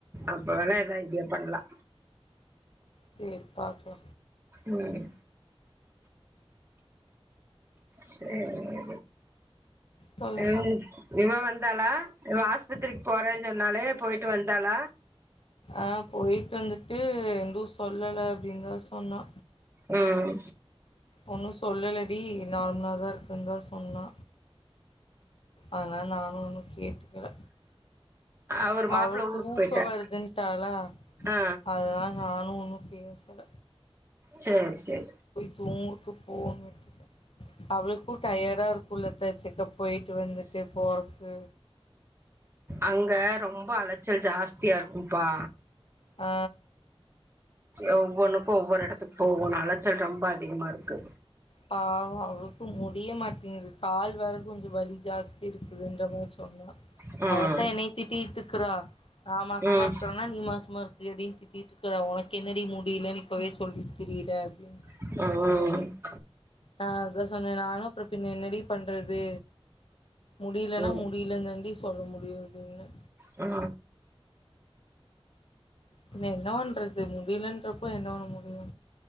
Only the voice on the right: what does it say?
அப்ப வேணா எதா ஐடியா பண்லா
ம் சேரி
ம் இவ வந்தாளா இவ ஆஸ்பத்ரிக் போறேன் சொன்னாலே போயிட்டு வந்தாளா
ம்
அவரு
மாப்ள ஊருக்கு
போயிட்டா
ஆ
சேர் செரி
அங்க ரொம்ப அலைச்சல் ஜாஸ்தியா இருக்கும்ப்பா
ஒவ்வொன்னுக்கு ஒவ்வொரு எடத்துக் போகனு அலைச்சல் ரொம்ப அதிகமா இருக்கு
ம்
ம்
ம்
ம்
ஆ